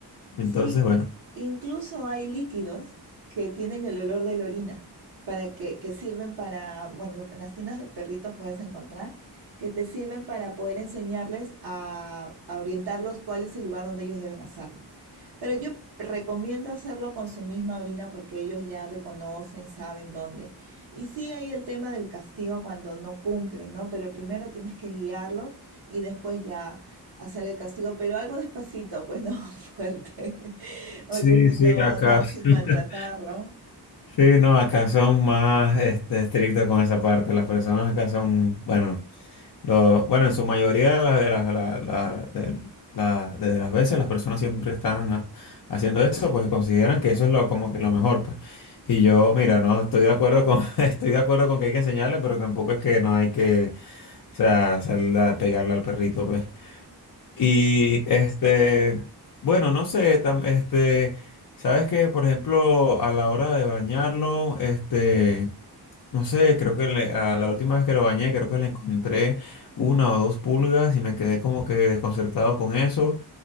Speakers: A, on the left (about 55°); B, on the right (about 65°).
A: Entonces,
B: Sí,
A: bueno.
B: incluso hay líquidos que tienen el olor de la orina, para que, que sirven para, bueno, en las tiendas de perritos puedes encontrar, que te sirven para poder enseñarles a, a orientarlos cuál es el lugar donde ellos deben hacerlo. Pero yo recomiendo hacerlo con su misma orina porque ellos ya reconocen, saben dónde. Y sí hay el tema del castigo cuando no cumplen, ¿no? Pero primero tienes que guiarlo y después ya hacer el castigo, pero algo despacito, pues no <laughs> fuerte, porque
A: Sí,
B: si
A: sí,
B: no,
A: acá.
B: no, sin
A: <laughs>
B: maltratarlo.
A: Sí, no, acá son más este, estrictos con esa parte. Las personas acá son, bueno, lo, bueno, en su mayoría de las, de las, la- la- de la- de las veces las personas siempre están ha- haciendo eso, pues consideran que eso es lo, como que lo mejor, pues. Y yo, mira, no estoy de acuerdo con, <laughs> estoy de acuerdo con que hay que enseñarle, pero tampoco es que no hay que, o sea, hacerle- pegarle al perrito, pues. Y este, bueno, no sé, tam- este, sabes que, por ejemplo, a la hora de bañarlo, este, no sé, creo que le- a la última vez que lo bañé, creo que le encontré una o dos pulgas y me quedé como que desconcertado con eso.